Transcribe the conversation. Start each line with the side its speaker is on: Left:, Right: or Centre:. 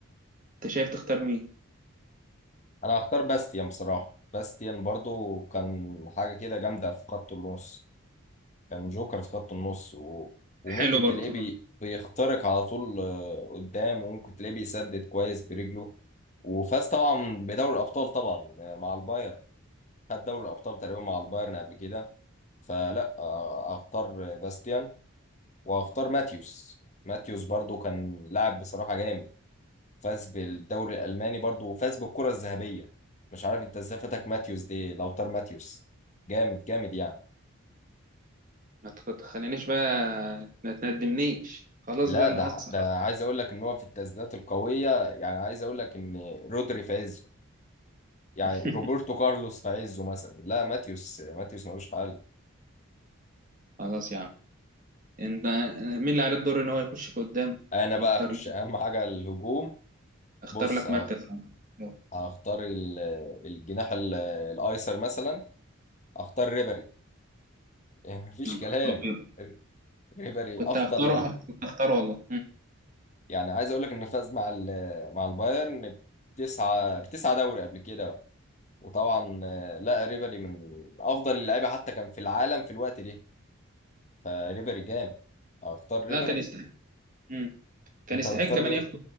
Right: انت شايف تختار مين
Left: أنا هختار باستيان بصراحة باستيان برضو كان حاجة كده جامدة في خط النص كان جوكر في خط النص و... وممكن
Right: حلو برضه
Left: تلاقيه بي...
Right: آه.
Left: بيخترق على طول آه، قدام وممكن تلاقيه بيسدد كويس برجله وفاز طبعا بدوري الأبطال طبعا آه، مع البايرن خد دوري الأبطال تقريبا مع البايرن قبل كده فلا آه، أختار باستيان وأختار ماتيوس ماتيوس برضو كان لاعب بصراحة جامد فاز بالدوري الألماني برضو وفاز بالكرة الذهبية مش عارف انت ازاي فاتك ماتيوس دي لو طار ماتيوس جامد جامد يعني
Right: ما تخ- تخلينيش بقى ما تندمنيش خلاص
Left: لا
Right: بقى اللي
Left: ده
Right: حصل
Left: ده عايز اقول لك ان هو في التسديدات القويه يعني عايز اقول لك ان رودري في عزه يعني
Right: <laughs>
Left: روبرتو كارلوس في عزه مثلا لا ماتيوس ماتيوس ملوش حل
Right: خلاص يا عم انت مين اللي عليه الدور ان هو يخش في قدام
Left: انا
Right: إن
Left: بقى
Right: هو يختار
Left: اخش اهم حاجه الهجوم
Right: اختار
Left: بص
Right: لك
Left: هخ-
Right: مركز يا عم. يلا.
Left: هختار ال- الجناح ال- الايسر مثلا اختار ريبري يعني <laughs> مفيش
Right: يا نهار
Left: كلام
Right: أبيض.
Left: ر- ريبري
Right: كنت
Left: افضل
Right: هختاره كنت هختاره والله
Left: يعني عايز اقول لك انه فاز مع ال- مع البايرن بتسعة بتسعة دوري قبل كده وطبعا آه، لا ريبري من افضل اللعيبه حتى كان في العالم في الوقت ده فريبري جامد اختار ريبري
Right: لا كان يستحق مم. كان
Left: انت
Right: يستحق
Left: هتختار
Right: كمان
Left: مين
Right: ياخد